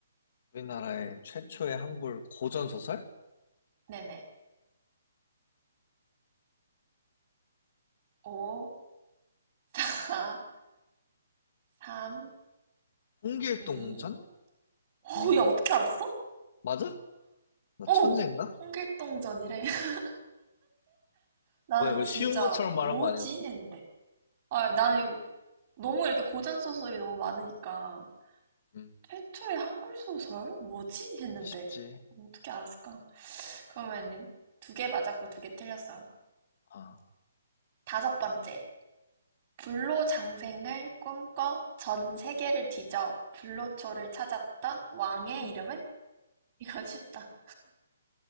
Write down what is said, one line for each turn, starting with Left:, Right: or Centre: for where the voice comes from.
Left: 우리나라의 최초의 한글 고전소설?
Right: 네네. 5, 4, 3,
Left: 홍길동전?
Right: 2. 오,
Left: 아닌가?
Right: 야, 어떻게 알았어?
Left: 맞아? 나
Right: 어,
Left: 천재인가?
Right: 홍길동전이래. <laughs> 나는
Left: 뭐야, 이거
Right: 진짜
Left: 쉬운 것처럼 말한
Right: 뭐지?
Left: 거 아니었어?
Right: 했는데. 아, 나는 너무 이렇게 고전 소설이 너무 많으니까.
Left: 음,
Right: 최초의 한글 소설? 뭐지? 했는데.
Left: 쉽지.
Right: 어떻게 알았을까? 그러면은 두 개 맞았고 두 개 틀렸어.
Left: 아,
Right: 다섯 번째. 불로장생을 꿈꿔 전 세계를 뒤져 불로초를 찾았던 왕의
Left: 음.
Right: 이름은? 이건 쉽다.